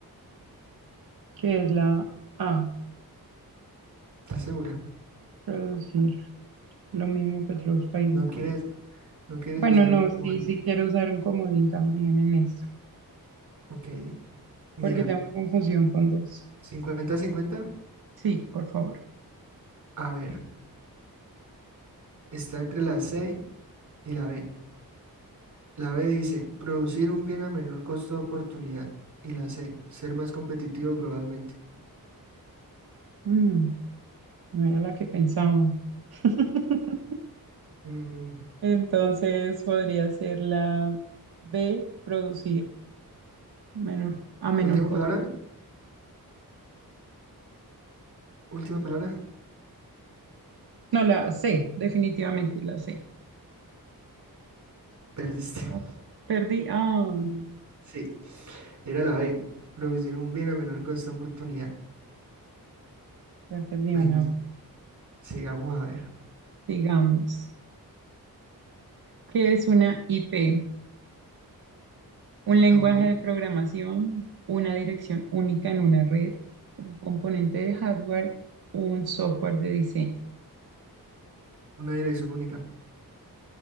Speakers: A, on the right; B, on the right.
A: que es la A,
B: ¿Estás segura?
A: producir. Lo mismo que otros países.
B: No quieres, no quieres
A: Bueno,
B: usar
A: no,
B: un comodín.
A: sí, sí quiero usar un comodín también en esta,
B: Ok. Mira,
A: porque tengo confusión con dos.
B: cincuenta-cincuenta.
A: Sí, por favor.
B: A ver, está entre la C y la B. La B dice, producir un bien a menor costo de oportunidad. Y la C, ser más competitivo globalmente.
A: Mm, no era la que pensaba. <laughs>
B: Mm,
A: Entonces podría ser la B, producir menor, a menor
B: Última
A: costo.
B: palabra, última palabra.
A: No, la C, definitivamente la C.
B: Perdiste.
A: Ah,
B: <laughs>
A: bueno. Perdí, ay,
B: Sí, era la B, producir un bien a menor costo de oportunidad.
A: ya perdí
B: Bueno,
A: una vez.
B: sigamos a ver.
A: Digamos, ¿qué es una IP? Un lenguaje
B: Ok,
A: de programación, una dirección única en una red, un componente de hardware, un software de diseño.
B: una dirección única.